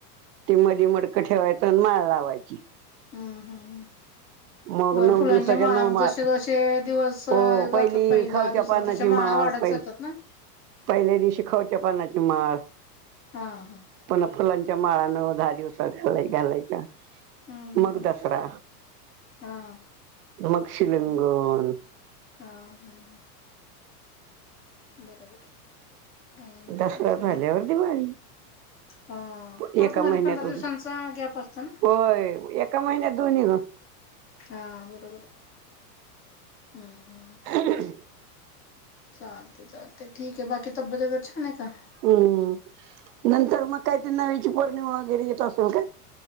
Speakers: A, on the right (about 75°); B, on the left (about 25°).
A: ते मडीमडक ठेवायचं आणि माळ लावायची.
B: हम्मं हम्मं हम्मं
A: मग
B: वरं
A: नऊ
B: फुलांच्या
A: दिवसाच्या
B: माळा
A: नऊ
B: मगं
A: माळ
B: जसे जसे दिवस
A: हो पहिली
B: जातात पहिला
A: खावच्या
B: दु
A: पानाची
B: तरं तश्या
A: माळ
B: माळा वाढतं
A: पहिली
B: जातात ना.
A: पहिल्या दिवशी खाऊच्या पनाची माळ
B: हां हां.
A: पुन्हा फुलांच्या माळा नऊ दहा दिवसांत घाला घालायच्या
B: हम्म
A: मग
B: हम्म
A: दसरा
B: हा
A: मग शिलिंगन.
B: हा हा ह बरोबर. आणि मग
A: दसरा
B: तिथनं
A: झाल्यावर दिवाळी.
B: हा
A: पण
B: परत
A: एका
B: मध्ये
A: महिन्यातच
B: पंधरा दिवसांचा गॅप असतो ना
A: होय एका महिन्यात दोन्ही ग.
B: हा बरोबर हम् हू
A: <unintelligible>
B: चालते चालते ठीक आहे बाकी तब्येत वगैर छान आहे का?
A: हम्म नंतर मग काय ते नव्याची पौर्णिमा वगैरे येत असेल काय.